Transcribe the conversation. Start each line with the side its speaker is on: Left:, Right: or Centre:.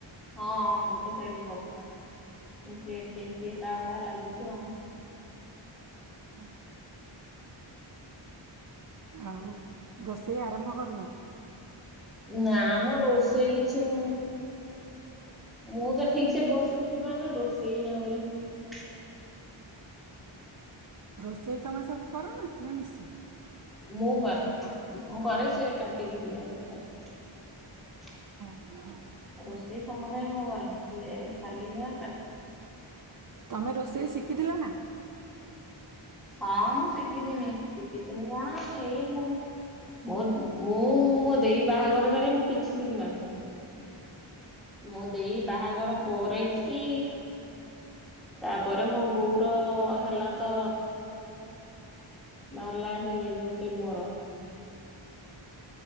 Centre: ହଁ ଗୋଟେ ସାଇଡ ବଥାଯେ କେଞ୍ଚି ହେଲା ଭଳିଆ ଲାଗୁଛି ଆଉ।
Right: ହ। ଆଉ ରୋଷେଇ ଆରମ୍ଭ କରିନ?
Centre: ନା ଆମ ରୋଷେଇ କିଛି ମୁଁ ମୁଁ ତ ଠିକ ସେ ବସି ଉଠି ପାରୁନି ରୋଷେଇ ଏଇନା କରିିବି।
Right: ରୋଷେଇ ତମେ ସବୁ କର ନା ନା ମିଶିକି?
Centre: ମୁଁ ବାର। ମୁଁ କରେ ସେ କାଟିକି ଦିଅନ୍ତି।
Right: ହ <inaudible>
Centre: ରୋଷେଇ ସମୁଦାୟ ମୁଁ କରେନି ସେ ଖାଲି ଯା
Right: ତମେ ରୋଷେଇ ଶିଖିଥିଲ ନା?
Centre: ହଁ ମୁଁ ଶିଖିଥିନି ଶିଖିଥିନି କଣ ଏଇ ମୋ ମୁଁ ମୋ ଦେଇ ବାହାଘର ସାରି ମୁଁ କିଛି ଶିଖିିନଥିଲି। ମୁଁ ଦେଇ ବାହାଘର ପରେକି ତାପରେ ମୋ ବୋଉର ହେଲା ତ ବାହାରିଲା ହେଇ ଯଉ ଯୋଉଠି ଟିମର।